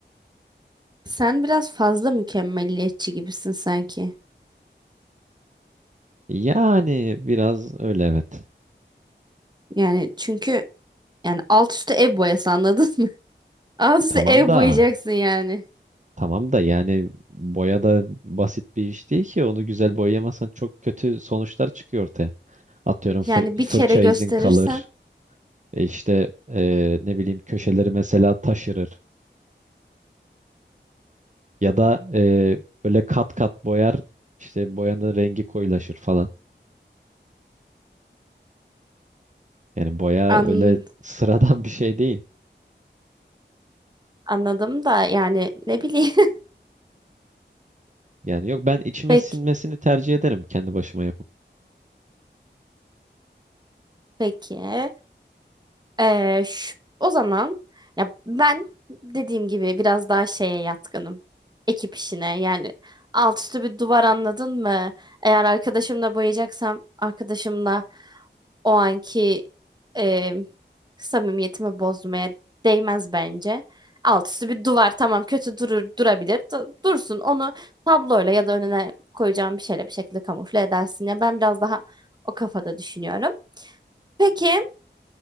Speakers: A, on the right; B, on the right.
A: Sen biraz fazla mükemmeliyetçi gibisin sanki.
B: Yani biraz öyle evet.
A: Yani çünkü yani alt üstü ev boyası anladın mı? <laughs> Alt üstü
B: Tamam
A: ev
B: da
A: boyayacaksın yani.
B: tamam da yani boya da basit bir iş değil ki onu güzel boyayamazsan çok kötü sonuçlar çıkıyor ortaya. Atıyorum fır,
A: Yani bir
B: fırça
A: kere gösterirsen
B: izin kalır. E işte e, ne bileyim köşeleri mesela taşırır. Ya da e, böyle kat kat boyar işte boyanın rengi koyulaşır falan. Yani boya
A: an,
B: öyle <laughs> sıradan bir şey değil.
A: anladım da yani ne bileyim. <laughs>
B: Yani yok ben içime
A: Peki,
B: sinmesini tercih ederim kendi başıma yapıp.
A: peki. Ee, ş- o zaman ya ben dediğim gibi biraz daha şeye yatkınım. Ekip işine yani alt üstü bir duvar anladın mı? Eğer arkadaşımla boyayacaksam arkadaşımla o anki e, samimiyetimi bozmaya değmez bence. Alt üstü bir duvar tamam kötü durur durabilir Du- dursun onu tabloyla ya da önüne koyacağım bir şeyle bir şekilde kamufle edersin ya ben biraz daha o kafada düşünüyorum. Peki.